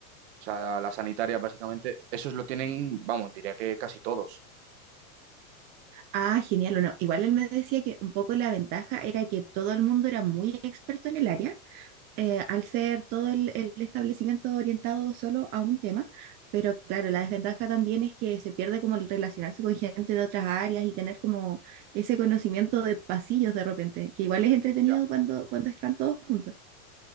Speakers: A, on the right; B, on the right.
A: o sea, las sanitarias básicamente, esos lo tienen, vamos, diría que casi todos.
B: Ah, genial, o no. Igual él me decía que un poco la ventaja era que todo el mundo era muy experto en el área eh, al ser todo el, el establecimiento orientado solo a un tema, pero claro, la desventaja también es que se pierde como el relacionarse con gente de otras áreas y tener como ese conocimiento de pasillos de repente, que igual es entretenido
A: Ya.
B: cuando, cuando están todos juntos.